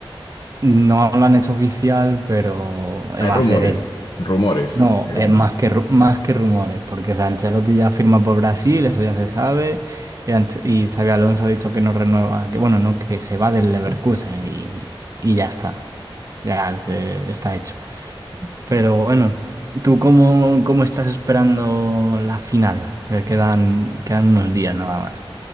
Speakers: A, on the right; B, on the left.
A: no lo han hecho oficial, pero va
B: Hay rumores,
A: a ser él.
B: rumores,
A: No,
B: hay rumores.
A: es más que, ru- más que rumores, porque o sea, Ancelotti ya firma por Brasil, eso ya se sabe, y, Anche- y Xabi Alonso ha dicho que no renueva, que bueno, no, que se va del Leverkusen y, y ya está, ya se, está hecho. Pero bueno, ¿tú cómo, cómo estás esperando la final? Que quedan, quedan unos días nada más.